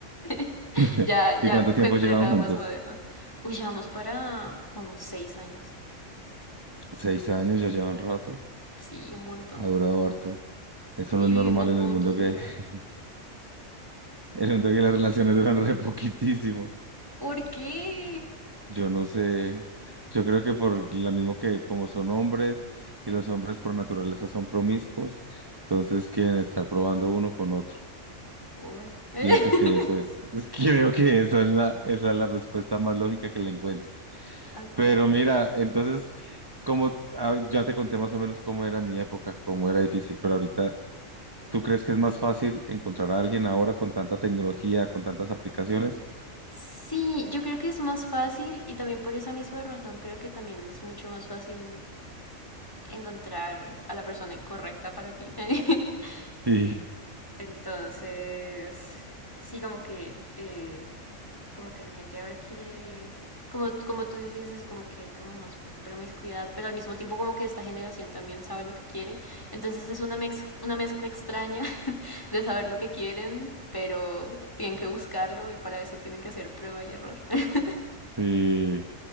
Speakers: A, on the left; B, on the right.
A: <laughs>
B: <laughs>
A: ya, ya,
B: ¿Y cuánto
A: por
B: tiempo llevan
A: el lado
B: juntos?
A: más moderno. Uy, llevamos para como seis años,
B: Seis años, ya llevan rato,
A: sí, un montón.
B: ha durado harto. Eso
A: Sí,
B: no es normal
A: vivimos
B: en
A: juntos
B: el mundo gay.
A: y todo.
B: <laughs> En el mundo que las relaciones duran re poquitísimo.
A: ¿Por qué?
B: Yo no sé, yo creo que por lo mismo que como son hombres y los hombres por naturaleza son promiscuos, entonces quieren estar probando uno con otro.
A: Uy. <laughs>
B: Pienso que eso es, <laughs> creo que esa es la, esa es la respuesta más lógica que le encuentro.
A: ok.
B: Pero mira, entonces, como ah, ya te conté más o menos cómo era mi época, cómo era difícil, pero ahorita, ¿tú crees que es más fácil encontrar a alguien ahora con tanta tecnología, con tantas aplicaciones?
A: Sí, yo creo que es más fácil y también por esa misma razón creo que también es mucho más fácil encontrar a la persona incorrecta para ti. <laughs>
B: Sí,
A: Entonces, sí, como que, eh, como que la gente ahora quiere, como, como tú dices eso, como que hay como más promiscuidad, pero al mismo tiempo como que esta generación también sabe lo que quiere. Entonces es una, mex- una mezcla extraña <laughs> de saber lo que quieren, pero tienen que buscarlo y para eso tienen que hacer prueba y error. <laughs>
B: sí.